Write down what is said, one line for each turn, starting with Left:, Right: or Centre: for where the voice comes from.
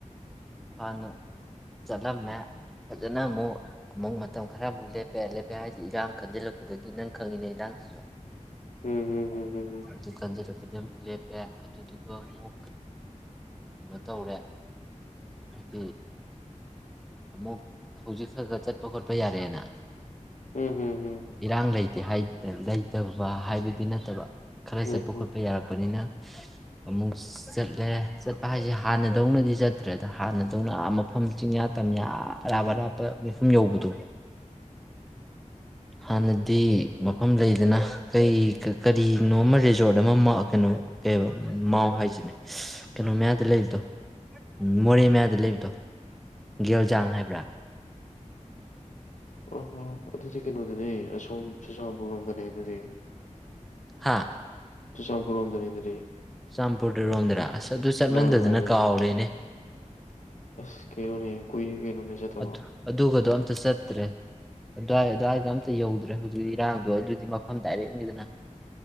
Centre: ꯍꯥꯟꯅ ꯆꯠꯂꯝꯃꯦ ꯐꯖꯅ ꯃꯨꯛ ꯃꯇꯝ ꯈꯔꯃꯨꯛ ꯂꯦꯞꯄꯦ ꯍꯥꯏꯗꯤ ꯏꯔꯥꯡ ꯈꯟꯖꯤꯜꯂꯛꯄꯗꯒꯤ ꯅꯪ ꯈꯪꯉꯤꯅꯦ ꯏꯔꯥꯡꯁꯤꯁꯨ
Left: ꯎꯝ ꯍꯝ ꯍꯝ ꯍꯝ ꯍꯝ
Centre: ꯗꯨꯀꯥꯟꯖꯔ ꯁꯤꯗ ꯑꯃꯨꯛ ꯂꯦꯞꯄꯦ ꯑꯗꯨꯗꯨꯒ ꯑꯃꯨꯛ ꯀꯩꯅꯣ ꯇꯧꯔꯦ ꯍꯥꯏꯗꯤ ꯑꯃꯨꯛ ꯍꯧꯖꯤꯛ ꯈ ꯈ ꯆꯠꯄ ꯈꯣꯠꯄ ꯌꯥꯔꯦꯅ
Left: ꯎꯝ ꯍꯝ ꯍꯝ
Centre: ꯏꯔꯥꯡ ꯂꯩ ꯂꯩꯇꯕ ꯍꯥꯏꯕꯗꯤ ꯅꯠꯇꯕ ꯈꯔ
Left: ꯎꯝ
Centre: ꯆꯠꯄ
Left: ꯍꯝ
Centre: ꯈꯣꯠꯄ ꯌꯥꯔꯛꯄꯅꯤꯅ ꯑꯃꯨꯛ ꯆꯠꯂꯦ ꯆꯠꯄ ꯍꯥꯏꯁꯦ ꯍꯥꯟꯅꯗꯧꯅꯗꯤ ꯆꯠ ꯇ꯭ꯔꯦꯗ ꯍꯥꯟꯅꯗꯧꯅ ꯃꯐꯝ ꯆꯤꯡꯌꯥ ꯇꯝꯌꯥ ꯑꯔꯥꯞ ꯑꯔꯥꯞꯄ ꯃꯐꯝ ꯌꯧꯕꯗꯣ ꯍꯥꯟꯅꯗꯤ ꯃꯐꯝ ꯂꯩꯗꯅ ꯀꯩ ꯀꯔꯤꯅꯣ ꯑꯃ ꯔꯤꯖꯣꯔꯠ ꯑꯃ ꯀꯩꯅꯣ ꯀ ꯃꯥꯎ ꯍꯥꯏꯁꯤꯅꯦ ꯀꯩꯅꯣ ꯃꯌꯥꯗ ꯂꯩꯕꯗꯣ ꯃꯣꯔꯦ ꯃꯌꯥꯗ ꯂꯩꯕꯗꯣ ꯒꯦꯜꯖꯥꯡ ꯍꯥꯏꯕ꯭ꯔꯥ
Left: ꯑ ꯑꯗꯨꯗꯤ ꯀꯩꯅꯣꯗꯅꯦ ꯑꯁꯣꯝ ꯆꯨꯔꯆꯥꯟꯄꯨꯔ ꯂꯣꯝꯗꯅꯦ ꯑꯗꯨꯗꯤ
Centre: ꯍꯥ
Left: ꯆꯨꯔꯆꯥꯟꯄꯨꯔꯣꯝꯗꯅꯤ ꯑꯗꯨꯗꯤ
Centre: ꯆꯥꯟꯄꯨꯔꯗꯔꯣꯝꯗꯔ ꯑꯁ ꯑꯗꯨ ꯆꯠꯃꯟꯗꯗꯅ
Left: ꯃꯥꯅꯦ ꯃꯥꯅꯦ
Centre: ꯀꯥꯎꯔꯦꯅꯦ
Left: ꯃꯥꯅꯦ ꯑꯁ ꯀꯩꯅꯣꯅꯦ ꯀꯨꯏꯔꯦ ꯀꯩꯅꯣꯅꯦ ꯆꯠꯇꯕ
Centre: ꯑꯗꯨ ꯑꯗꯨꯒꯗꯣ ꯑꯝꯇ ꯆꯠ ꯅꯠꯇ꯭ꯔꯦ ꯑꯗꯨꯋꯥꯏ ꯑꯗꯨꯋꯥꯏꯗ ꯑꯝꯇ ꯌꯧꯗ꯭ꯔꯦ ꯍꯧꯖꯤꯛꯤ ꯏꯔꯥꯡꯗꯣ ꯑꯗꯨꯗꯤ ꯃꯐꯝ ꯗꯥꯏꯔꯦꯛꯅꯤꯗꯅ